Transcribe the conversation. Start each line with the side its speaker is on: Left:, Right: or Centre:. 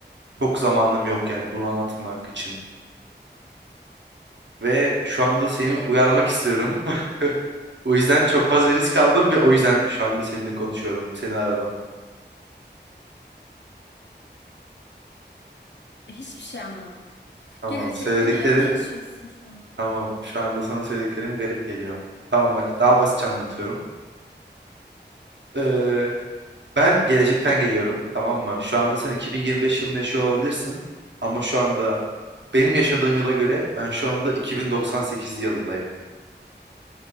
Right: çok zamanım yok yani bunu anlatmak için. Ve şu anda seni
Left: Ne?
Right: uyarmak istiyorum. <laughs> O yüzden çok fazla risk aldım ve o yüzden şu anda seninle konuşuyorum. Seni aradım.
Left: Hiçbir şey anlamadım. <laughs>
Right: Tamam.
Left: Gerçekten
Right: Söylediklerim.
Left: ne, ne yaşıyorsun şu an?
Right: Tamam. Şu anda sana söylediklerim garip geliyor. Tamam bak daha basitçe anlatıyorum. Eee, ben gelecekten geliyorum. Tamam mı? Şu anda sen 2025 yılında yaşıyor olabilirsin. Ama şu anda benim yaşadığım yıla göre ben şu anda 2098 yılındayım.